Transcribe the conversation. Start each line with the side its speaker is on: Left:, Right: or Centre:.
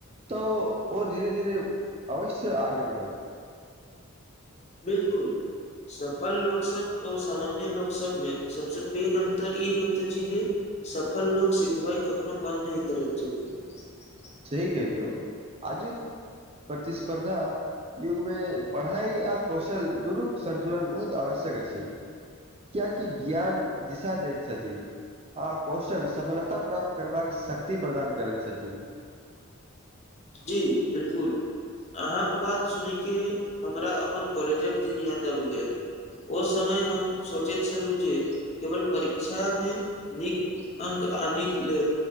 Right: तऽ ओ धीरे -धीरे अवश्य आगे बढ़त। <unintelligible>
Left: बिल्कुल सफल लोकसब अ सामान्य लोकसबमे सबसे पैघ अन्तर ई होइत अछि जे सफल लोक सिखबै कखनो बन्द नै करैत छथिन। <unintelligible>
Right: सही कैलियौ आजुक प्रतिस्पर्धा युगमे पढ़ाइ आ कौशल दुनूक संन्तुलन बहुत आवश्यक अछि कियाकि ज्ञान दिशा दैत छथि आ कौशल सफलता प्राप्त करबाक शक्ति प्रदान करैत छथि। <unintelligible>
Left: जी बिल्कुल अहाँक बात सुनि के हमरा अपन कॉलेजक दिन याद आबि गेल ओ समय हम सोचैत छलहुँ जे केवल परीक्षामे नीक अंक आनै के लेब